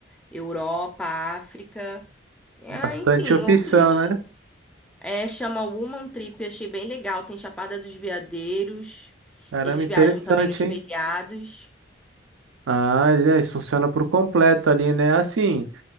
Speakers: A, in the centre; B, on the right.
A: Europa, África. É,
B: Bastante
A: enfim,
B: opção,
A: outros.
B: né?
A: É, chama Woman Trip, achei bem legal. Tem Chapada dos Veadeiros.
B: Caramba,
A: Eles
B: interessante,
A: viajam também nos
B: hein?
A: feriados.
B: Ah, já, isso funciona por completo ali, né? Assim.